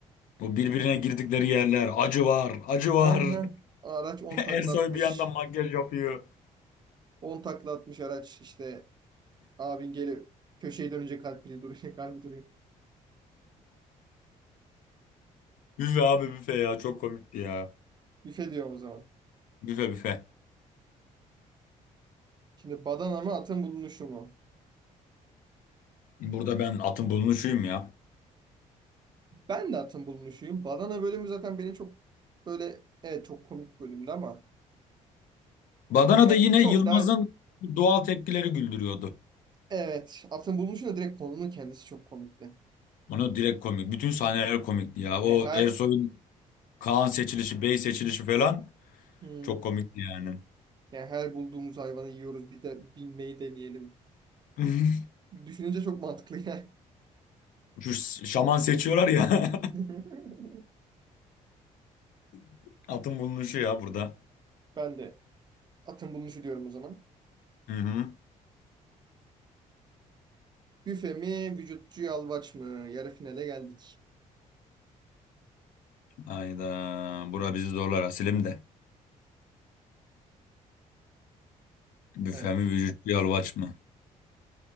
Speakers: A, on the left; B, on the right.
A: O birbirine girdikleri yerler. Acı var. Acı var.
B: Aha, araç 10
A: <laughs>
B: taklatmış.
A: Ersoy bir yandan makyaj yapıyor.
B: on taklatmış araç işte abin geli, köşeye dönünce kalbi duruyor, <laughs> kalbi duruyor.
A: Büfe abi büfe ya çok komikti ya.
B: Büfe diyor o zaman.
A: Büfe büfe.
B: Şimdi badana mı atın bulunuşu mu?
A: Burada ben atın bulunuşuyum ya.
B: Ben de atın bulunuşuyum. Badana bölümü zaten beni çok böyle evet çok komik bölümdü ama
A: Badana'da
B: yani
A: yine
B: çok
A: Yılmaz'ın
B: daha
A: doğal tepkileri güldürüyordu.
B: evet atın bulunuşu da direkt konunun kendisi çok komikti.
A: Onu direkt komik. Bütün sahneler komikti ya. O
B: Yani her
A: Ersoy'un Kaan seçilişi, Bey seçilişi falan
B: hmm,
A: çok komikti yani.
B: yani her bulduğumuz hayvanı yiyoruz bir de binmeyi deneyelim.
A: <laughs>
B: Düşününce çok mantıklı yani.
A: Şu ş- şaman seçiyorlar ya.
B: <laughs>
A: <laughs> Atın bulunuşu ya burada.
B: Ben de atın bulunuşu diyorum o zaman.
A: Hı hı.
B: Büfe mi, vücutçu yalvaç mı? Yarı finale geldik.
A: Hayda. Bura bizi zorlar Asilim de. Büfe
B: Evet.
A: mi vücut yalvaç mı?